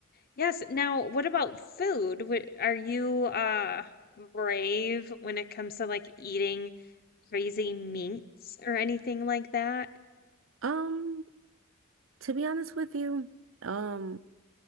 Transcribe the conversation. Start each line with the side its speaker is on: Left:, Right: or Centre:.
Left: Yes. Now, what about food? Wh- Are you uh brave when it comes to like eating crazy meats or anything like that?
Right: Um, to be honest with you, um,